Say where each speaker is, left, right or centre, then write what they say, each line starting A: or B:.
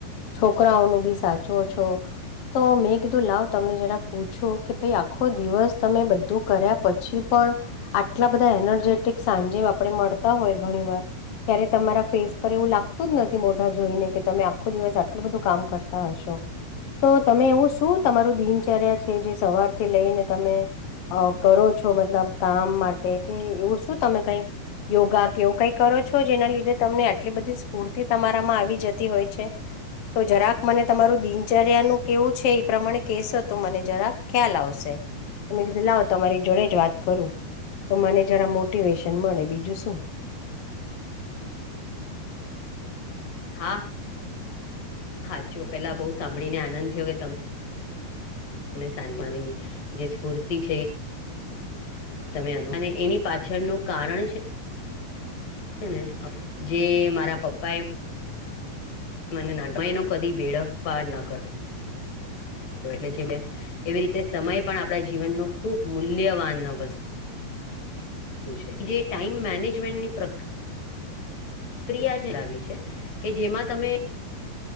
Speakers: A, on the left; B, on the left.
A: છોકરાઓનું બી સાચવો છો. તો મેં કીધું લાવ તમને જરાક પૂછું કે ભાઈ આખો દિવસ તમે બધું કર્યા પછી પણ આટલા બધા એનર્જેટિક સાંજે આપણે મળતા હોય ઘણી વાર ત્યારે તમારા ફેસ પર એવું લાગતું જ નથી મોઢા જોઈને કે તમે આખો દિવસ આટલું બધું કામ કરતા હશો. તો તમે એવું શું તમારું દિનચર્યા છે જે સવારથી લઈને તમે અ કરો છો મતલબ કામ માટે કે એવું શું તમે કઈક યોગા કે એવું કઈ કરો છો જેના લીધે તમને આટલી બધી સ્ફૂર્તિ તમારામાં આવી જતી હોય છે? તો જરાક મને તમારું દિનચર્યાનું કેવું છે એ પ્રમાણે કેશો તો મને જરાક ખ્યાલ આવશે. તો મેં કીધું લાવ તમારી જોડે જ વાત કરું તો મને જરા મોટિવેશન મળે બીજું શું.
B: હા. હાચો પેલા બઉ સાંભળી ને આનંદ થયો કે તમ ને સાંજમાની જે સ્ફૂર્તિ છે. ઈ તમે અનમાને એની પાછળનું કારણ છે. ને જે મારા પપ્પા એ મને ના માં એનો કદી વેડફ પાર ન કર એટલે જે એવી રીતે સમય પણ આપણા જીવનનો ખુબ મૂલ્યવાન વસ્ તું છે. જે ટાઈમ મેનેજમેન્ટની પ્ર ક્રિયા ચલાવી છે કે જેમાં તમે